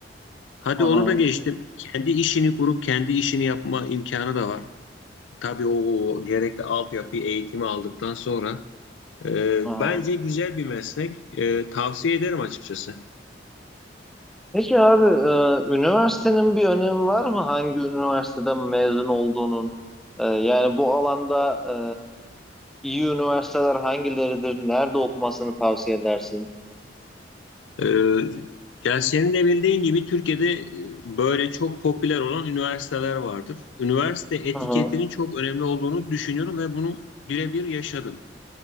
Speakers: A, on the left; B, in the centre.
A: Hadi
B: Hı hı,
A: onu da geçtim. Kendi işini kurup kendi işini yapma imkanı da var. Tabii o, o gerekli altyapıyı, eğitimi aldıktan sonra. Ee,
B: hı hı.
A: bence güzel bir meslek. Ee, tavsiye ederim açıkçası.
B: Peki abi e, üniversitenin bir önemi var mı? Hangi üniversiteden mezun olduğunun? E, yani bu alanda e, iyi üniversiteler hangileridir? Nerede okumasını tavsiye edersin?
A: Ee, ya senin de bildiğin gibi Türkiye'de e, böyle çok popüler olan üniversiteler vardır. Üniversite etiketinin
B: Hı hı.
A: çok önemli olduğunu düşünüyorum ve bunu birebir yaşadım.